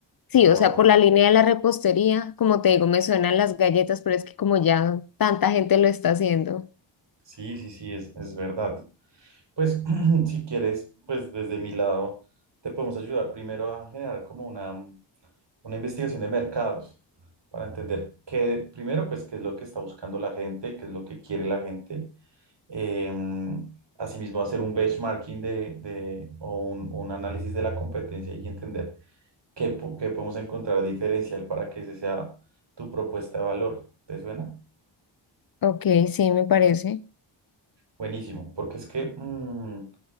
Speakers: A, on the left; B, on the right.
A: Sí,
B: Ah,
A: o sea, por la línea de la repostería, como te digo, me suenan las galletas, pero es que como ya tanta gente lo está haciendo.
B: sí, sí, sí, es, es verdad. Pues <clears throat> si quieres, pues desde mi lado te podemos ayudar primero a generar como una, una investigación de mercados para entender qué, primero, pues qué es lo que está buscando la gente, qué es lo que quiere la gente Em, asimismo, hacer un benchmarking de, de- o un, un análisis de la competencia y entender qué, po- qué podemos encontrar diferencial para que ese sea tu propuesta de valor. ¿Te suena?
A: Ok, sí, me parece.
B: Buenísimo, porque es que mm,